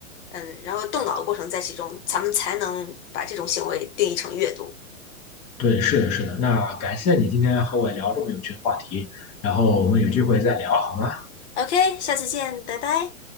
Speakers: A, on the left; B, on the left.
A: 嗯，然后动脑的过程在其中，咱们才能把这种行为定义成阅读。
B: 对，是的，是的。那感谢你今天和我聊这么有趣的话题，然后我们有机会再聊好吗？
A: OK，下次见，拜拜。